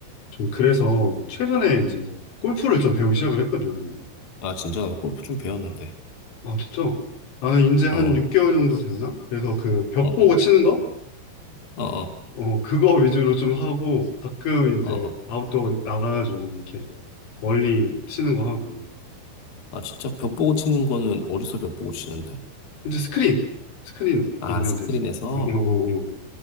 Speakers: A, on the left (about 70°); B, on the left (about 50°).
A: 좀 그래서 최근에 이제 골프를 좀 배우기 시작을 했거든.
B: 아, 진짜 나도 골프 좀 배웠는데.
A: 아 진짜? 나는 이제 한
B: 어,
A: 6개월 정도 됐나? 그래서 그 벽
B: 어, 어,
A: 보고 치는 거?
B: 어, 어,
A: 어, 그거 위주로 좀 하고, 가끔 이제
B: 어. 어.
A: 아웃도어 나가가지고 이렇게 멀리 치는 거 하고.
B: 아, 진짜 벽 보고 치는 거는 어디서 벽 보고 치는데?
A: 이제 스크린, 스크린
B: 아,
A: 있는데.
B: 스크린에서?
A: 어, 어, 어. 어.